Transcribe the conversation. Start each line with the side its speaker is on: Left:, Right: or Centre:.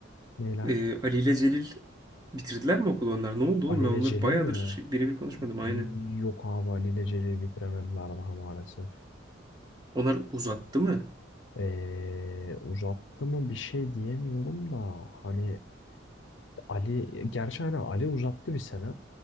Left: neler?
Right: Ee, Ali ile Celil bitirdiler mi okulu onlar? Ne oldu
Left: Ali
Right: oğlum? Ben onları
Left: ile Celil
Right: bayağıdır
Left: mi?
Right: şey- birebir konuşmadım aynen.
Left: Y- Yok abi Ali ile Celil bitiremediler daha maalesef.
Right: Onlar uzattı mı?
Left: Ee, uzattı mı bir şey diyemiyorum da hani Ali gerçi hani Ali uzattı bir sene.